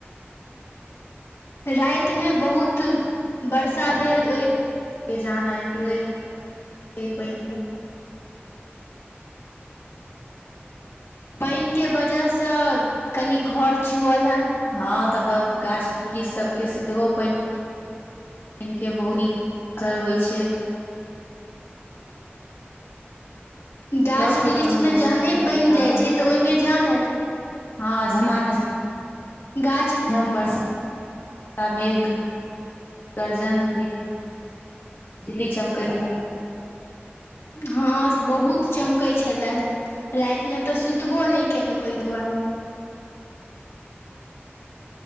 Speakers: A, on the left; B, on the left.
A: राति मे बहुत वर्षा भेल ओहि
B: के जान आबि गेलै पानि के
A: पानि के वजह से कनि घर चुअलैन।
B: हँ तऽ गाछ वृक्ष सभके सेहो पानि। <unintelligible> असर होइ छै।
A: गाछ
B: सबके
A: वृक्षमे
B: पसन्द होइ
A: जहने
B: छै पानि
A: पैन
B: वाला
A: जाइ छै त ओय मे जान आएब जाय
B: हां झमाझम
A: गा
B: झम बर्षा मेघ गर्जन बि <unintelligible> बिजली चमकै वला
A: हँ बहुत चमकैत छले। रातिमे तऽ सुतबो नहि केलहुँ ओहि दुआरे।